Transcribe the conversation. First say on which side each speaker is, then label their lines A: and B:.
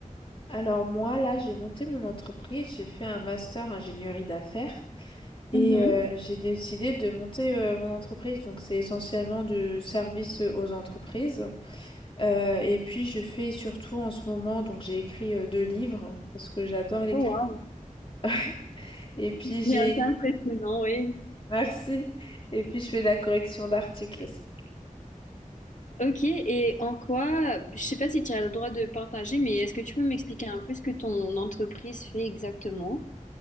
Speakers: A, on the left; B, on the left.
A: Alors, moi, là, j'ai monté mon entreprise, j'ai fait un master ingénierie d'affaires et
B: Mhm.
A: euh, j'ai décidé de monter euh, mon entreprise. Donc, c'est essentiellement du service euh, aux entreprises. Euh, et puis, je fais surtout en ce moment, donc j'ai écrit euh, deux livres parce que j'adore l'écriture.
B: Oh wow,
A: <laughs> Et puis j'ai
B: c'est assez impressionnant, oui.
A: Merci. Et puis je fais de la correction d'articles aussi.
B: Ok, et en quoi, je sais pas si tu as le droit de partager, mais est-ce que tu peux m'expliquer un peu ce que ton entreprise fait exactement?